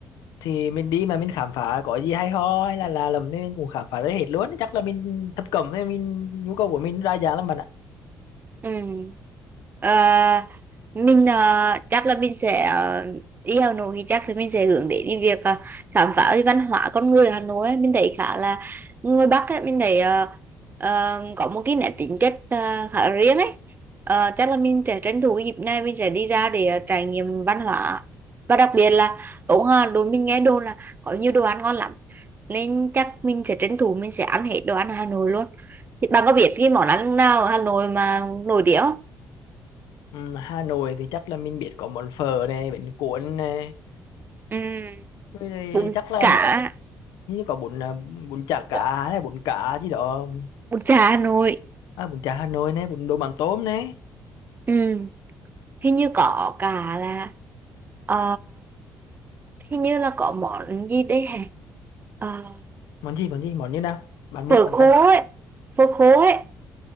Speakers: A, on the left; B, on the right.
A: thì mình đi mà mình khám phá có gì hay ho hay là là lầm nên mình cũng khám phá tới hết luôn chắc là mình thập cẩm nên mình nhu cầu của mình đa dạng lắm bạn ạ
B: Ừ. Ờ, mình ờ, chắc là mình sẽ ờ, đi Hà Nội thì chắc là mình sẽ hướng đến cái việc ờ, khám phá cái văn hóa con người Hà Nội ấy. Mình thấy khá là người Bắc ấy, mình thấy ờ, ờ, có một cái nét tính chất ờ, khá là riêng ấy Ờ, chắc là mình sẽ tranh thủ cái dịp này mình sẽ đi ra để ờ, trải nghiệm văn hóa và đặc biệt là cũng Hà đối mình nghe đồn là có nhiều đồ ăn ngon lắm nên chắc mình sẽ tranh thủ mình sẽ ăn hết đồ ăn Hà Nội luôn thì bạn có biết cái món ăn nào ở Hà Nội mà nổi tiếng không?
A: ừ, Hà Nội thì chắc là mình biết có món phở này bánh cuốn này
B: Ừ, em
A: với lại chắc
B: có
A: là
B: Cả
A: một như có bún à, bún chả cá
B: dạ.
A: này bún cá gì đó
B: bún chả Hà Nội.
A: à, bún chả Hà Nội này bún đồ mắm tôm này
B: Ừ, hình như có cả là ờ, hình như là có món gì đấy hả? Ờ,
A: món gì món gì món như nào bạn mốt
B: phở
A: tầm
B: khô
A: em bảo
B: ấy, phở khô ấy.